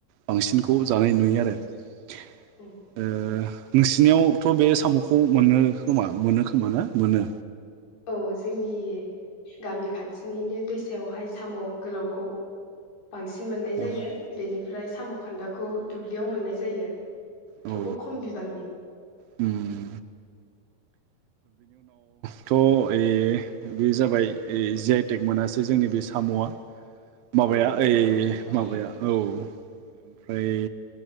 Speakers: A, on the right; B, on the left.
A: बांसिनखौ जानाय नुयो आरो। ओ
B: ओं
A: नोंसिनियावथ' बे साम'खौ मोनो खोमा मोनो खोमा ना मोनो।
B: औ जोंनि गामि खाथिनिनो दैसायावहाय साम' गोलावखौ बांसिन मोननाय
A: औ
B: जायो बेनिफ्राय साम' खान्दाखौ दु ब्लियाव मोननाय जायो।
A: औ
B: थेवबो खम बिबांनि।
A: उम थ ए बे जाबाय जि आइ टेक मोनासै जोंनि बे साम'आ। माबाया
B: औ दुखुनांथाव
A: ओइ माबाया औ। ओमफ्राय